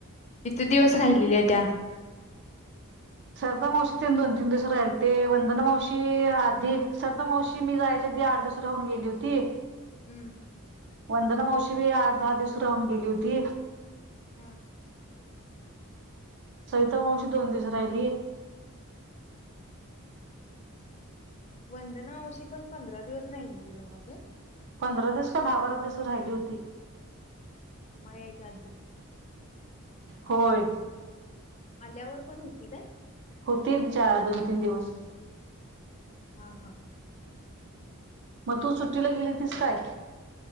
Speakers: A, on the left (about 30°); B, on the right (about 55°).
A: किती दिवस राहिलेल्या त्या?
B: सविता मावशी ते दोन तीन दिवस राहिल, ते वंदना मावशी आधी सविता मावशी मी जायच्या आधी आठ दिवस राहून गेली होती.
A: हम्म.
B: वंदना मावशी बी आठ दहा दिवस राहून गेली होती.
A: हा.
B: सविता मावशी दोन दिवस राहिली.
A: वंदना मावशी पण पंधरा दिवस राहिलेली नव्ह ग.
B: पंधरा दिवस का दहा बारा दिवसच राहिली होती.
A: मामा यायच्या आधी.
B: होय.
A: आल्यावर पण होती काय?
B: होतीत चा दोन तीन दिवस.
A: हा हा.
B: मग तू सुट्टीला गेली तीस काय?